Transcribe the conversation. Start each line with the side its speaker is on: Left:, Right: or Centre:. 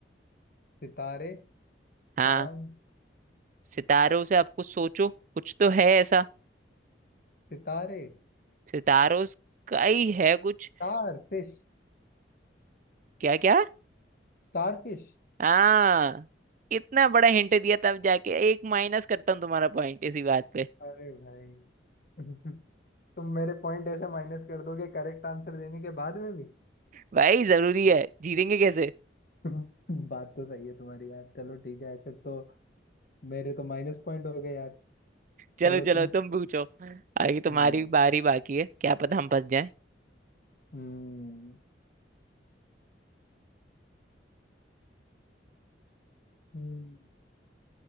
Left: सितारे
Right: हाँ
Left: चांद
Right: सितारों से आप कुछ सोचो कुछ तो है ऐसा
Left: सितारे
Right: सितारों स- का ही है कुछ
Left: Starfish
Right: क्या क्या
Left: Starfish
Right: हाँ इतना बड़ा हिंट दिया तब जाके एक माइनस करता हूँ तुम्हारा पॉइंट इसी बात पे
Left: अरे भाई <laughs> तुम मेरे पॉइंट ऐसे माइनस कर दोगे करेक्ट आंसर देने के बाद में भी <laughs>
Right: भाई जरूरी है जीतेंगे कैसे
Left: बात तो सही है तुम्हारी यार चलो ठीक है ऐसे तो मेरे तो माइनस पॉइंट हो गए यार
Right: चलो
Left: चलो
Right: चलो
Left: तुम
Right: तुम पूछो आगे तुम्हारी
Left: हम्म
Right: बारी बाकी है क्या पता हम फंस जाएं
Left: हम्म हम्म।